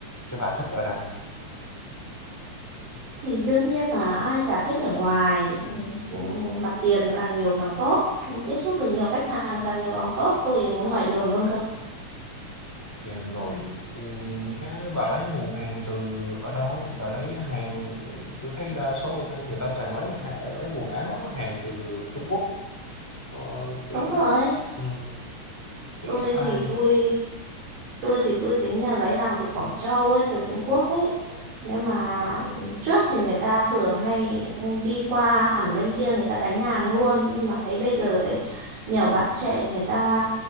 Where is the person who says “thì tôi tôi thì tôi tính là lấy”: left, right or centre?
Right